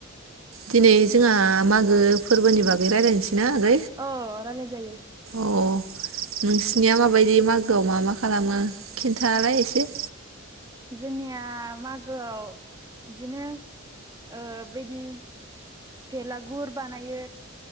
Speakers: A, on the right; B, on the right.
A: दिनै जोंहा मागो फोरबोनि बागै रायज्लायनोसैना आगै
B: अ रायलाय जायो।
A: अ नोंसिनिया माबायदि मागोआव मा मा खालामो खिन्थालाय एसे
B: जोंनिया मागोआव बिदिनो ओ बैदि फेलागुर बानायो।